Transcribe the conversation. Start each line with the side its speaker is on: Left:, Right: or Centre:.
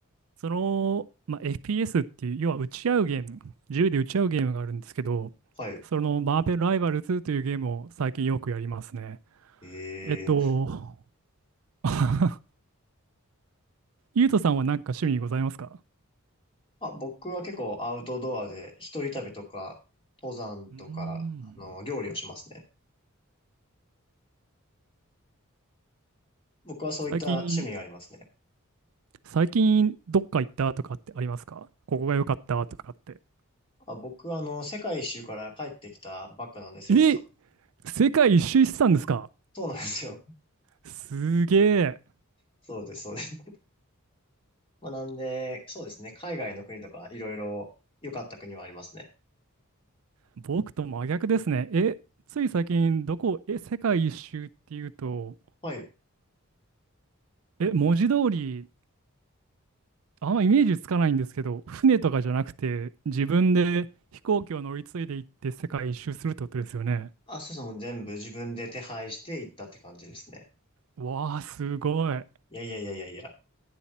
Right: その、まあ、FPS っていう、要は撃ち合うゲーム、銃で撃ち合うゲームがあるんですけど、
Left: はい。
Right: そのマーベルライバルズというゲームを最近よくやりますね。
Left: ええ。
Right: えっと、<laughs> ゆうとさんは何か趣味ございますか
Left: あ、僕は結構アウトドアで一人旅とか、登山とか、
Right: うーん
Left: あの、料理をしますね。僕はそういった趣味がありますね。
Right: 最近、最近どっか行ったとかってありますかここが良かったとかって。
Left: あ、僕はあの、世界一周から帰ってきたばっかなんですよ、
Right: え、
Left: 実は。
Right: 世界一周してたんですか
Left: そうなんですよ。
Right: すげえ。
Left: <laughs> そうです、そうです。まあ、なんで、そうですね。海外の国とか、いろいろ良かった国はありますね。
Right: 僕と真逆ですね。え、つい最近どこ、え、世界一周っていうと、
Left: はい。
Right: え、文字通り、あんまイメージつかないんですけど、船とかじゃなくて、自分で飛行機を乗り継いで行って世界一周するってことですよね。
Left: あ、そうですね。もう全部自分で手配して行ったって感じですね。
Right: わあ、すごい。
Left: いやいやいやいやいや。